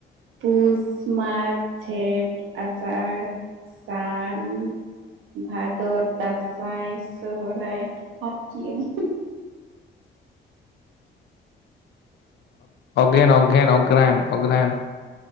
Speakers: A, on the right (about 85°); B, on the left (about 60°).
A: ᱯᱩᱥ ᱢᱟᱜᱽ ᱡᱷᱮᱸᱴ ᱟᱥᱟᱲ ᱥᱟᱱ ᱵᱷᱟᱫᱚᱨ ᱫᱟᱸᱥᱟᱭ ᱥᱚᱦᱨᱟᱭ ᱟᱛ ᱠᱮ ᱟᱹᱧ
B: ᱚᱜᱷᱮᱱ ᱚᱜᱷᱮᱱ ᱚᱜᱽᱨᱟᱭᱟᱱ ᱚᱜᱽᱨᱟᱭᱟᱱ